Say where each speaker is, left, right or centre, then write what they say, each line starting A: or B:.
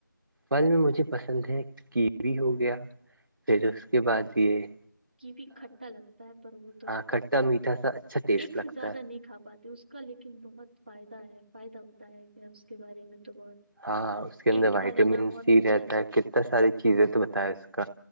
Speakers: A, on the right; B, on the right.
A: پھل میں مجھے پسند ہے کیوی ہو گیا پھر اس کے بعد یہ
B: کی بھی کھٹا لگتا ہے پر وہ تو
A: ہاں کھٹا میٹھا سا اچھا ٹیسٹ
B: ایک سے
A: لگتا
B: زیادہ
A: ہے
B: نہیں کھا پاتا اس کا لیکن بہت فائدہ ہے فائدہ بتایا گیا اس کے بارے میں تو بہت
A: ہاں اس کے اندر
B: ایک
A: وائٹامن
B: کھا لینا بہت
A: سی
B: اچھا
A: رہتا ہے کتنا ساری چیز ہے تو بتاائے اس کا